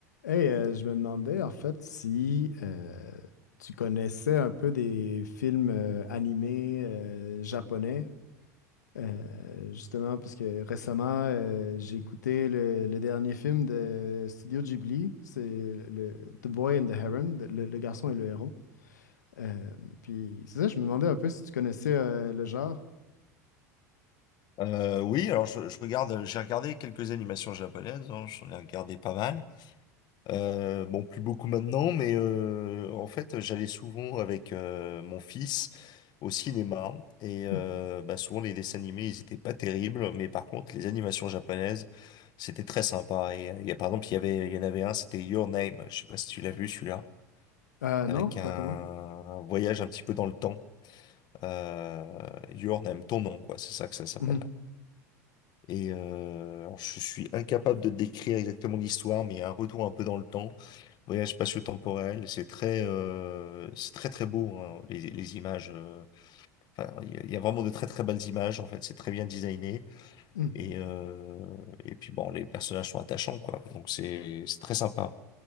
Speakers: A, on the left (about 85°); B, on the left (about 50°).
A: Hey, euh, je me demandais en fait si euh, tu connaissais un peu des films euh, animés euh, japonais, Euh, justement parce que récemment euh, j'ai écouté le, le dernier film de Studio Ghibli, c'est le, le- The Boy and the Heron, le, le garçon et le héron. Euh, puis c'est ça, je me demandais un peu si tu connaissais euh, le genre.
B: Euh, oui, alors je, je regarde, j'ai regardé quelques animations japonaises, hein, j'en ai regardé pas mal. Euh, bon, plus beaucoup maintenant, mais euh, en fait, j'allais souvent avec euh, mon fils au cinéma et euh,
A: Hmm.
B: bah, souvent les dessins animés, ils étaient pas terribles, mais par contre, les animations japonaises, c'était très sympa. Et euh, il y a, par exemple, il y avait, il y en avait un, c'était Your Name. Je sais pas si tu l'as vu celui-là,
A: Euh,
B: avec
A: non,
B: un,
A: raconte-moi.
B: un voyage un petit peu dans le temps. Euh, Your Name, ton nom, quoi, c'est ça que ça s'appelle.
A: Mhm.
B: Et euh, alors, je suis incapable de décrire exactement l'histoire, mais il y a un retour un peu dans le temps, voyage spatio-temporel. C'est très, euh, c'est très très beau hein, les, les images. euh. Enfin, il y, a il y a vraiment de très très belles images en fait. C'est très bien designé
A: Hmm.
B: et euh, et puis bon, les personnages sont attachants quoi. Donc c'est c'est très sympa.